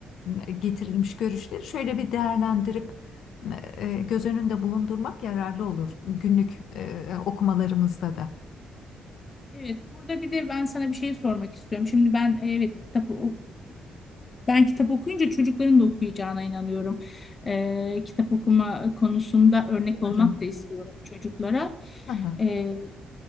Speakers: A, on the left (about 75°); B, on the left (about 30°).
A: e, getirilmiş görüşleri şöyle bir değerlendirip e, göz önünde bulundurmak yararlı olur günlük e, okumalarımızda da.
B: Evet, burada bir de ben sana bir şey sormak istiyorum. Şimdi ben e, evet kitabı ok- ben kitap okuyunca çocukların da okuyacağına inanıyorum. E, kitap okuma konusunda örnek
A: Umarım.
B: olmak da istiyorum çocuklara.
A: Hı hı,
B: E,